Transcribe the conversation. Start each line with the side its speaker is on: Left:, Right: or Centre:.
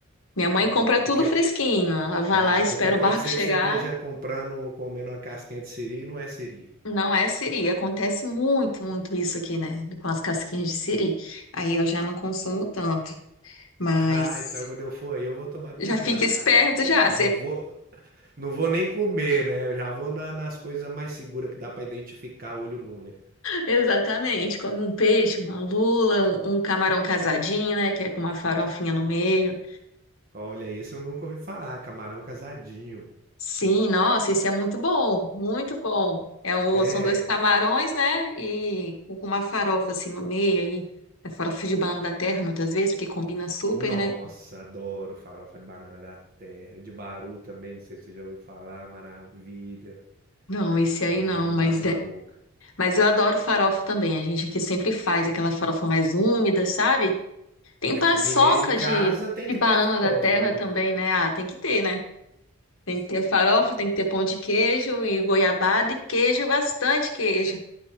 Left: Minha mãe
Right: É,
Left: compra
Right: por-
Left: tudo
Right: porque.
Left: fresquinho. Ela vai
Right: Ah,
Left: lá, espera
Right: porque pode
Left: o barco
Right: ser
Left: chegar.
Right: que você esteja comprando, comendo uma casquinha de siri e não é siri. <laughs>
Left: Não é siri. Acontece muito, muito isso aqui, né? Com as casquinhas de siri. Aí eu já não consumo tanto. Mas
Right: Ah, então quando eu for aí, eu vou tomar cuidado
Left: já fica esperto
Right: com
Left: já.
Right: isso. Não vou, não vou nem comer, né? Eu já vou na- nas coisas mais seguras que dá pra identificar olho nu, né?
Left: Exatamente, come um peixe, uma lula, um, um camarão casadinho, né, que é com uma farofinha no meio.
Right: Olha, esse eu nunca ouvi falar, camarão casadinho.
Left: Sim, nossa, esse é muito bom, muito bom. É o,
Right: É.
Left: são dois camarões, né, e com uma farofa assim no meio, aí, é farofa de banana da terra muitas vezes, porque combina super,
Right: Nossa,
Left: né?
Right: adoro farofa de banana da terra. De Baru também, não sei se você já ouviu falar, maravilha.
Left: Não, esse aí
Right: Tá me
Left: não,
Right: vindo
Left: mas
Right: água na
Left: é,
Right: boca.
Left: mas eu adoro farofa também. A gente aqui sempre faz aquela farofa mais úmida, sabe? Tem
Right: É,
Left: paçoca
Right: com mineiro em casa
Left: de,
Right: tem
Left: de
Right: que
Left: banana
Right: ter farofa,
Left: da terra
Right: né?
Left: também, né? Ah, tem que ter, né? Tem que ter farofa, tem que ter pão de queijo e goiabada e queijo, bastante queijo.